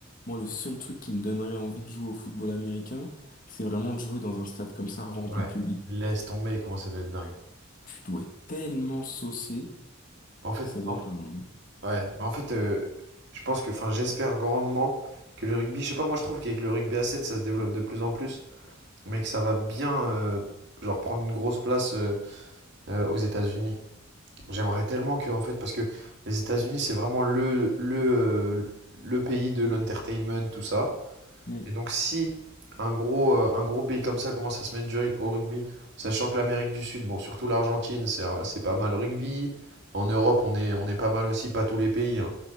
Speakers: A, on the left; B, on the right.
A: moi, le seul truc qui me donnerait envie de jouer au football américain, c'est vraiment de jouer dans un stade comme ça, rempli
B: Ouais,
A: de public.
B: laisse tomber, comment ça doit être dingue.
A: Tu dois être tellement saucé,
B: En fait,
A: ça doit
B: en-
A: être un...
B: ouais, mais en fait, euh, je pense que, enfin, j'espère grandement que le rugby, je sais pas, moi je trouve qu'avec le rugby à 7 ça se développe de plus en plus, mais que ça va bien, euh, genre, prendre une grosse place euh, euh, aux États-Unis. J'aimerais tellement que, en fait, parce que les États-Unis, c'est vraiment le, le, euh, le pays de l'entertainment, tout ça.
A: Mm.
B: Et donc si un gros, euh, un gros pays comme ça commence à se mettre du rug- au rugby, sachant que l'Amérique du Sud, bon, surtout l'Argentine, c'est euh, c'est pas mal au rugby. En Europe, on est, on est pas mal aussi, pas tous les pays, hein.